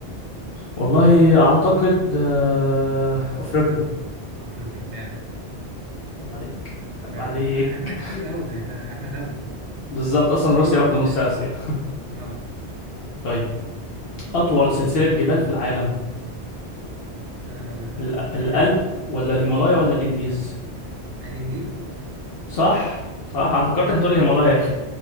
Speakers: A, on the left; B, on the right.
A: والله اعتقد آه، افريقيا
B: أفريقيا فعلا
A: عيب عليك عيب
B: فعلا
A: عليك
B: إحنا إحنا كتير أوي إحنا إحنا دولة
A: بالظبط اصلا روسيا
B: كل واحد
A: واخده نص
B: مننا
A: اسيا
B: دولة أهو
A: طيب اطول سلسله جبال في العالم
B: آه،
A: ال- الألب
B: صحيح
A: ولا الهيمالايا ولا الانديز
B: الانديز
A: صح صح انا فكرتك هتقول لي الهيمالايا يا اخي